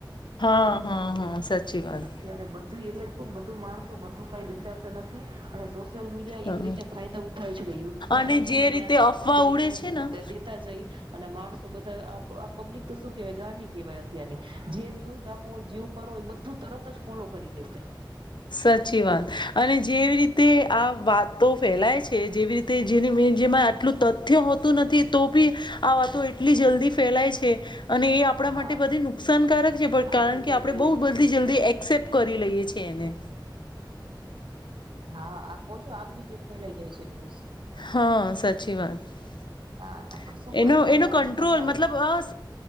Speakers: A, on the left; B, on the right.
A: હા હા હા સાચી વાત.
B: અત્યારે બધું એટલે જ માણસો બું કઈ વિચારતા નથી, અને લ મીડિયા
A: હ
B: એક રીતે ફાયદો ઉઠાવે છે કે યુદ્ધમાં
A: અને
B: થાય છે
A: જે
B: ને,
A: રીતે
B: અં
A: અફવા
B: અપડેટ
A: ઉડે છે ને
B: અ અને માણસો બધા પબ્લિક તો શું કેવાય ગાંડી કેવાય અત્યારની. જે ન્યૂઝ આપો જે કરો એ બધું તું તરત જ ફોલો કરી લેશે.
A: સાચી વાત, અને જેવી રીતે આ વાતો ફેલાય છે જેવી રીતે જેની જેમાં આટલું તથ્ય હોતું નથી તો ભી, આ વાતો એટલી જલ્દી ફેલાય છે. અને એ આપણા
B: હા
A: માટે બધી નુકસાનકારક છે પણ કારણ
B: આગની
A: કે
B: જેમ
A: આપણે
B: ફેલાઈ
A: બો
B: જાય
A: બધી
B: છે ન્યૂઝ
A: જલ્દી એક્સેપ્ટ કરી લઈએ છીએ એને.
B: હા આ કોવ છો આગની જેમ ફેલાઈ જાય છે ન્યુસ.
A: હા સાચી વાત,
B: હા પણ શું
A: એનો
B: કરે કઈ
A: એનો
B: આપડે
A: કંટ્રોલ
B: ના થાય
A: મતલબમ